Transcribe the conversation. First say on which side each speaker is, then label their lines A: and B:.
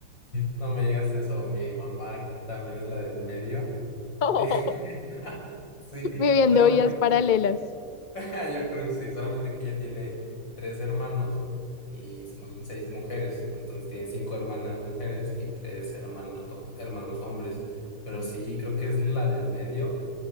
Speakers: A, on the left; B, on the left.
A: No me digas eso, mi mamá también es la del medio.
B: <laughs>
A: <laughs> Sí, <laughs> Sí,
B: viviendo
A: solamente
B: vidas paralelas.
A: que- <laughs> yo creo que sí, solamente que ella tiene tres hermanos y son seis mujeres, entonces tiene cinco hermanas mujeres y tres hermanos, hermanos hombres, pero
B: Ujú.
A: sí, creo que es la del medio.